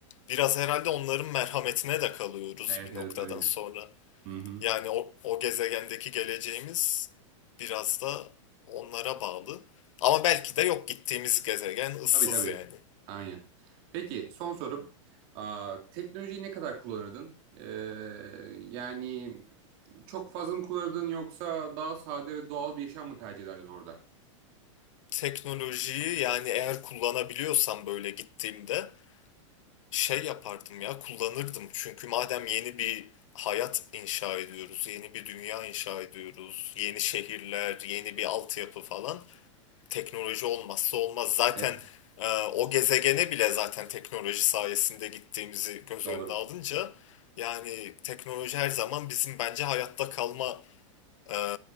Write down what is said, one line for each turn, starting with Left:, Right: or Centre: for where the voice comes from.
Left: biraz herhalde onların merhametine de kalıyoruz
Right: evet,
Left: bir
Right: evet
Left: noktadan
Right: öyle.
Left: sonra.
Right: Hı hı.
Left: Yani o, o gezegendeki geleceğimiz biraz da onlara bağlı. Ama belki de yok gittiğimiz gezegen ıssız
Right: Tabii tabii.
Left: yani.
Right: Aynen. Peki son sorum. Aa, teknolojiyi ne kadar kullanırdın? Ee, yani çok fazla mı kullanırdın yoksa daha sade ve doğal bir yaşam mı tercih ederdin orada?
Left: Teknolojiyi yani eğer kullanabiliyorsam böyle gittiğimde Şey yapardım ya kullanırdım çünkü madem yeni bir hayat inşa ediyoruz, yeni bir dünya inşa ediyoruz, yeni şehirler, yeni bir altyapı falan teknoloji olmazsa olmaz. Zaten
Right: Evet,
Left: e, o gezegene bile zaten teknoloji sayesinde gittiğimizi göz
Right: doğru.
Left: önüne alınca yani teknoloji her zaman bizim bence hayatta kalma e,